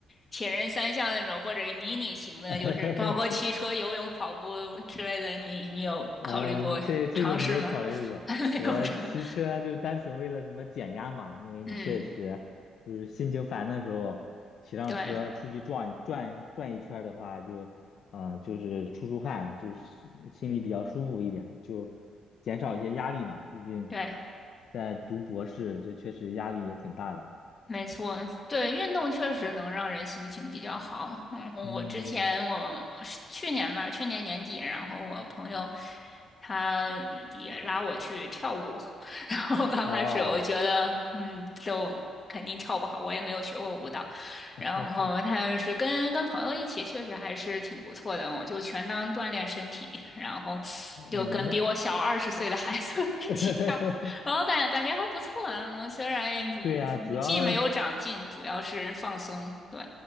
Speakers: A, on the left; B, on the left.
A: 铁人三项那种，或者迷你型的，
B: <laughs>
A: 就是包括骑车、游泳、跑步之类的，你你有考虑过尝试吗？
B: 嗯，这这个没有考虑过。
A: <laughs> 还没有什么。
B: 我骑车就单纯为了什么减压嘛，因为你确实就是心情烦的时候，
A: 嗯，
B: 骑上车出去转一转转一圈儿的话，
A: 对
B: 就啊、呃就是出出汗，就是心里比较舒服一点，就减少一些压力嘛。毕竟
A: 对，
B: 在读博士，这确实压力也挺大的。
A: 没错，对，运动确实能让人心情比较好。然后我之前我我是去年吧，
B: 嗯，
A: 去年年底，然后我朋友他也拉我去跳舞，<laughs> 然后刚开始我觉得嗯，
B: 哦。
A: 都肯定跳不好，我也没有学过舞蹈。
B: <laughs>
A: 然后但是跟跟朋友一起，确实还是挺不错的，我就全当锻炼身体，然后
B: 嗯，
A: 就跟比我小二十岁的孩子
B: 那
A: <laughs> 一起跳。
B: <laughs>
A: 我感感觉还不错，嗯虽然五五技没有长进，
B: 对呀，主要
A: 主要是放松。对